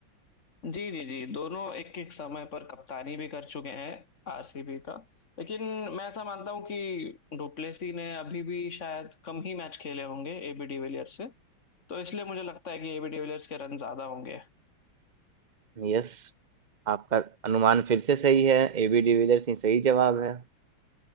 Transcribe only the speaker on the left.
जी जी जी दोनों एक एक समय पर कप्तानी भी कर चुके हैं आरसीबी का लेकिन मैं ऐसा मानता हूं कि डुप्लेसी ने अभी भी शायद कम ही मैच खेले होंगे एबी डिविलियर्स से तो इसलिए मुझे लगता है कि एबी डिविलियर्स के रन ज्यादा होंगे